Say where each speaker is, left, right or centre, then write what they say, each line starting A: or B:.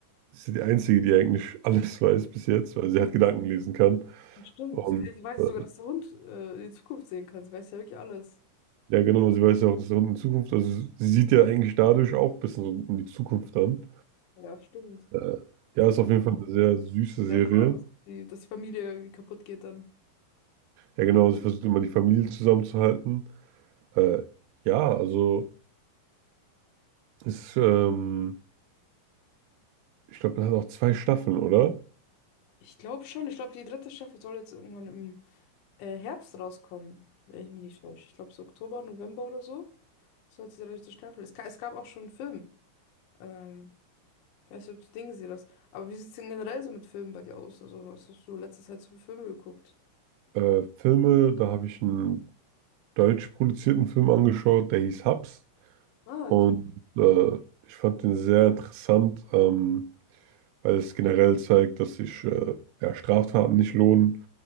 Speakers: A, on the right; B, on the left.
A: ist ja die Einzige, die eigentlich alles <laughs> weiß bis jetzt, weil sie halt Gedanken lesen kann.
B: Ja, Stimmt.
A: Und
B: Sie, kann- sie weiß
A: äh,
B: ja sogar, dass der Hund äh, die Zukunft sehen kann. Sie weiß ja wirklich alles.
A: ja, genau, sie weiß ja auch, dass der Hund in Zukunft, also sie sieht ja eigentlich dadurch auch ein bisschen so in die Zukunft dann.
B: Ja, stimmt.
A: Äh, ja,
B: Sie hat
A: ist
B: ja
A: auf jeden Fall eine sehr süße Serie.
B: sehr Angst, dass die dass die Familie irgendwie kaputt geht dann.
A: Ja, genau, sie versucht immer die Familie zusammenzuhalten. Äh, ja, also ist, ähm, ich glaube, das hat auch zwei Staffeln, oder?
B: Ich glaube schon. Ich glaube, die dritte Staffel soll jetzt irgendwann im äh, Herbst rauskommen, wenn ich mich nicht täusche. Ich glaube, so Oktober, November oder so soll die dritte Staffel. Es, ga- es gab auch schon einen Film. Ähm, ich weiß nicht, ob du den gesehen hast. Aber wie sieht es denn generell so mit Filmen bei dir aus? Also, was hast du letzte Zeit so für Filme geguckt?
A: Äh, Filme, da habe ich einen deutsch produzierten Film angeschaut, der hieß Hubs.
B: Ah,
A: Und
B: okay.
A: äh, ich fand den sehr interessant, ähm, weil es generell zeigt, dass sich äh, ja, Straftaten nicht lohnen